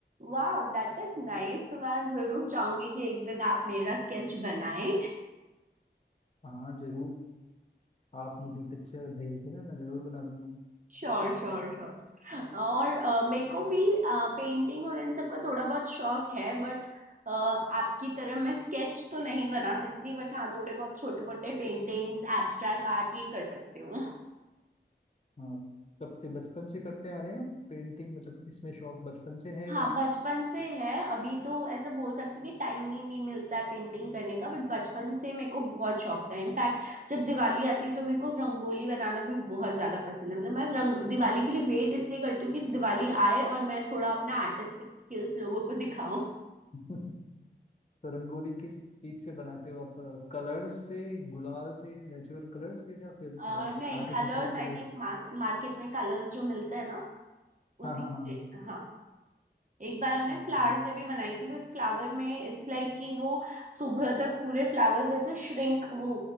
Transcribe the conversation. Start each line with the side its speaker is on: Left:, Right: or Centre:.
Right: वाह दैट इज नाइस तो मैं जरूर चाहूंगी कि एक दिन आप मेरा स्केच बनाएं
Left: हाँ हाँ, जरूर आप मुझे पिक्चर भेज देना मैं जरूर बना दूंगा
Right: Sure sure sure और अ, मेरे को भी पेंटिंग और इन सब का थोड़ा बहुत शौक है बट आपकी तरह मैं स्केच तो नहीं बना सकती बट हाँ थोड़े बहुत छोटे मोटे पेंटिंग्स एब्स्ट्रैक्ट आर्ट ये कर सकती हूँ
Left: हाँ कब से बचपन से करते आ रहे हैं पेंटिंग मतलब इसमें शौक बचपन से है
Right: हाँ
Left: या
Right: बचपन से है अभी तो ऐसे बोल सकती कि टाइम ही नहीं मिलता है पेंटिंग करने का बट बचपन से मेरे को बहुत शौक था इनफैक्ट जब दिवाली आती है तो मेरे को रंगोली बनाना भी बहुत ज्यादा पसंद है मतलब मैं रंग दिवाली के लिए वेट इसलिए करती हूँ कि दिवाली आए और मैं थोड़ा अपना आर्टिस्टिक स्किल्स लोगों को दिखाऊं
Left: <laughs> तो रंगोली किस चीज से बनाते हो आप कलर्स से गुलाल से नेचुरल कलर्स या फिर
Right: अ, नहीं
Left: आर्टिफिशियल
Right: कलर्स आई
Left: कलर्स
Right: थिंक मार्केट में कलर्स जो मिलते हैं ना उसी
Left: हाँ हाँ हाँ
Right: से हाँ एक बार हमने
Left: ओके हाँ
Right: फ्लावर
Left: okay,
Right: से भी बनाई थी बट फ्लावर में इट्स लाइक कि वो सुबह तक पूरे फ्लावर्स ऐसे श्रिंक वो